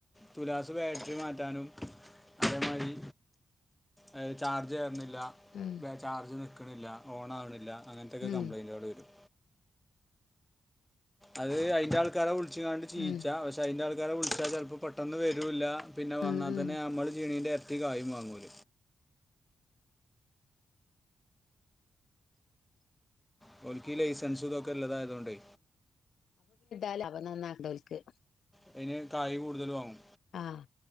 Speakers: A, in the centre; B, on the left.
A: തുലാസ് വേറ്ററി മാ ട്ടാനും അതേമാരി അഹ് ചാർജ്
B: ഉം
A: കേർ <unintelligible> ചാർജ് ക്ണില്ല ഓണക്ണില്ല അങ്ങനത്തെക്കെ
B: ഉം
A: കംപ്ലയ്ന്റുകൾ വരും അത് അയ്ന്റെ ആൾക്കാര് വി <unintelligible> ചീച്ച
B: ഉം
A: പക്ഷെ അയിന്റെ <unintelligible> <unintelligible> വിളിച്ചാൽ ചിലപ്പോൾ പെട്ടെന്ന് വരുല പിന്നെ
B: ഉം
A: വന്നാൽ
B: ഉം
A: തന്നെ നമ്മൾ ചീണീ <unintelligible> കായം വാങ്ങൂല <unintelligible> സെൻസു ഇതൊക്കെല്ലതായതോണ്ടേ
B: ഏലാവന ന്നാ <unintelligible> ൽക്ക്
A: അതിന് കായി കൂടുതലു ആവും
B: ആഹ്